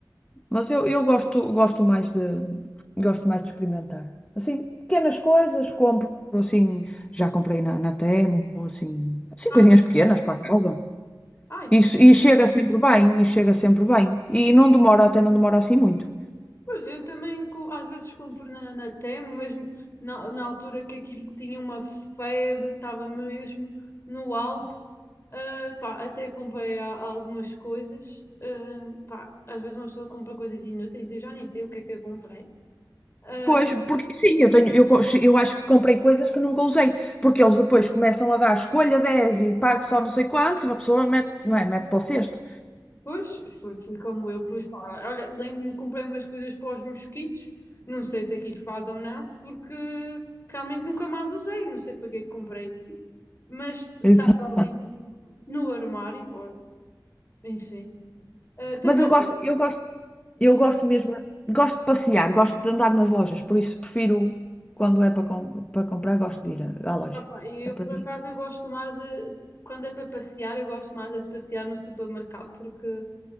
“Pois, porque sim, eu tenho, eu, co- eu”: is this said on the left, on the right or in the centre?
Left